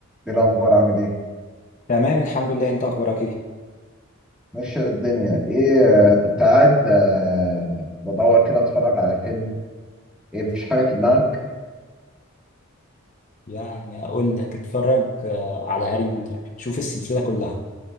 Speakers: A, in the centre; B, on the left.
A: ايه الاخبار عامل ايه
B: تمام الحمد لله انت اخبارك ايه
A: ماشي الدنيا ايه آه، كنت قاعد آه، بدور كده اتفرج على فيلم ايه مفيش حاجه في دماغك
B: يعني اقول لك اتفرج آه، على هاري بوتر شوف السلسله كلها